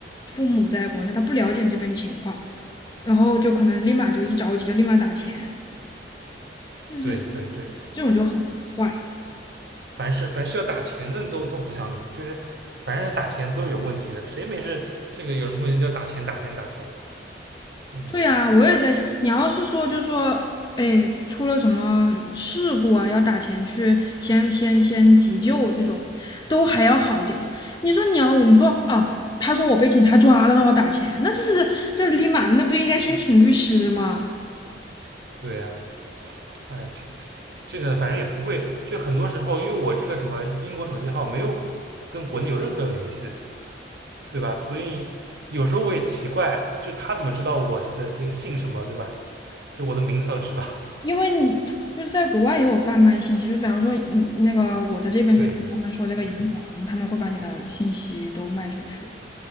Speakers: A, on the left; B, on the right.
A: 父母在国内他不了解你这边情况，然后就可能立马就一着急就立马打钱，但是
B: 对对对。
A: 这种就很坏。
B: 凡是凡是要打钱的都都不相信，就是凡是打钱都是有问题的，谁没事这个有人莫名叫打钱打钱打钱？嗯，
A: 对呀，我也在想，你要是说就是说，哎，出了什么事故啊，要打钱去先先先急救这种，都还要好一点了。你说你要，你说啊，他说我被警察抓了，让我打钱，那这是这立马的，那不应该先请律师吗？
B: 对呀、啊哎，这这这个反正也不会，就很多时候因为我这个什么英国手机号没有跟国内有任何的联系，对吧？所以有时候我也奇怪，就他怎么知道我的这个姓什么，对吧？就我的名字他都知道，
A: 因为你他就是在国外也有贩卖信息，就比方说，嗯，那个我在这边就听他们说这个银行，
B: <laughs> 对，但是的
A: 他们会把你的信息都卖出去，